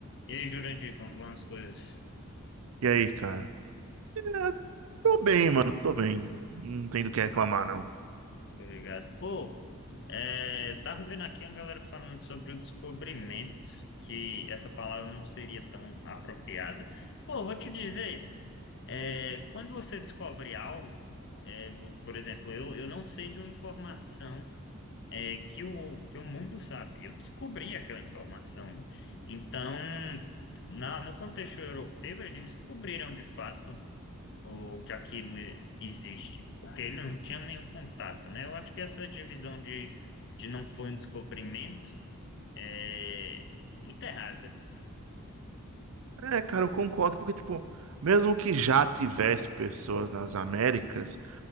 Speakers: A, on the left (about 55°); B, on the right (about 65°).
A: E aí, Jurandir, como vão as coisas?
B: E aí, cara? É, tô bem, mano, tô bem. Não tem do que reclamar, não.
A: Obrigado. Pô, é, tava vendo aqui uma galera falando sobre o descobrimento, que essa palavra não seria tão apropriada. Pô, vou te dizer, é, quando você descobre algo, é, vo- por exemplo, eu, eu não sei de uma informação é, que o, que o mundo sabe. Eu descobri aquela informação. né? Então, na, no contexto europeu, eles descobriram de fato ou que aquilo existe, porque ele não tinha nenhum contato, né? Eu acho que essa divisão de, de não foi um descobrimento é muito errada.
B: É, cara, eu concordo, porque, tipo, mesmo que já tivesse pessoas nas Américas,